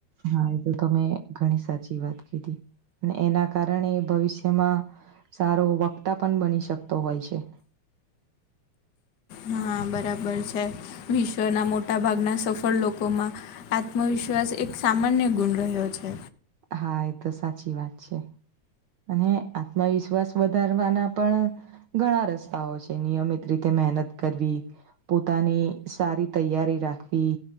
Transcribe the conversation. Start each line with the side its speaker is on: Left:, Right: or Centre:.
Right: હા એ તો તમે ઘણી સાચી વાત કીધી અને એના કારણે ભવિષ્યમા સારો વક્તા પણ બની શકતો હોય છે.
Left: હા બરાબર છે વિશ્વના મોટા ભાગના સફળ લોકોમા આત્મવિશ્વાસ એક સામાન્ય ગુણ રહ્યો છે.
Right: હા એ તો સાચી વાત છે. અને આત્મવિશ્વાસ વધારવાના પણ ઘણા રસ્તાઓ છે, નિયમિત રીતે મહેનત કરવી પોતાની સારી તૈયારી રાખવી